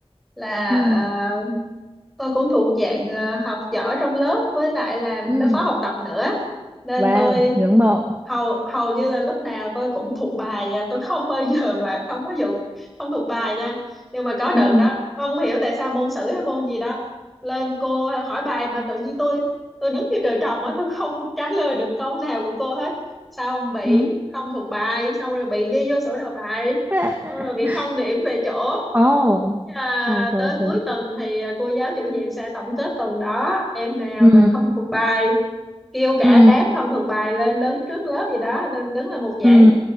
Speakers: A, in the centre; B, on the right.
A: là
B: ừ
A: ờ, tôi cũng thuộc dạng ờ, học giỏi trong lớp với lại làm
B: ừ
A: lớp phó học tập nữa nên
B: wow
A: tôi
B: ngưỡng mộ
A: hầu hầu như là lúc nào tôi cũng thuộc bài nha tôi không bao giờ mà không có vụ không thuộc bài nha nhưng mà có đợt
B: ừ
A: đó không hiểu tại sao môn sử hay môn gì đó lên cô hỏi bài mà tự nhiên tôi tôi đứng như trời trồng á tôi không trả lời được câu nào của cô hết xong bị
B: ừ
A: không thuộc bài xong rồi bị ghi vô sổ đầu bài
B: <laughs>
A: xong rồi bị không điểm về chỗ
B: ồ
A: à,
B: trời trời
A: tới
B: trời
A: cuối tuần thì cô giáo chủ nhiệm sẽ tổng kết tuần đó em nào
B: ừ
A: mà không thuộc bài kêu cả
B: ừ
A: đám không thuộc bài lên đứng trước lớp gì đó lên đứng là một giảng
B: ừ